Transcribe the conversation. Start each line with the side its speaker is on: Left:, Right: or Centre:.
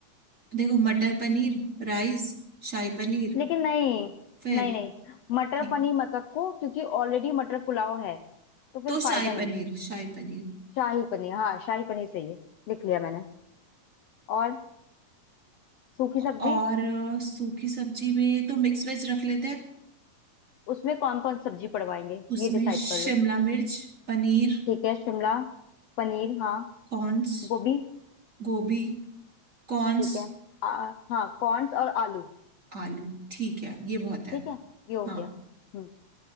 Right: देखो मटर पनीर राइस शाही पनीर
Left: लेकिन नहीं
Right: फिर
Left: नहीं नहीं मटर
Right: ठीक
Left: पनीर मत रखो क्योंकि ऑलरेडी मटर पुलाव है तो फिर
Right: तो
Left: फायदा
Right: शाही
Left: नहीं
Right: पनीर
Left: है
Right: शाही पनीर
Left: शाही पनीर हाँ शाही पनीर सही है लिख लिया मैंने और सूखी
Right: और
Left: सब्जी
Right: अ, सूखी सब्जी में तो मिक्स वेज रख लेते हैं
Left: उसमें कौन कौन सब्जी पड़वाएंगे
Right: उसमें
Left: ये डिसाइड
Right: शिमला
Left: कर लो
Right: मिर्च पनीर
Left: ठीक है शिमला पनीर हाँ
Right: कॉर्न्स
Left: गोभी
Right: गोभी कॉर्न्स
Left: ठीक है आ, हाँ कॉर्न्स और आलू
Right: आलू ठीक है ये बहुत है
Left: ठीक है ये हो
Right: हाँ
Left: गया हम्म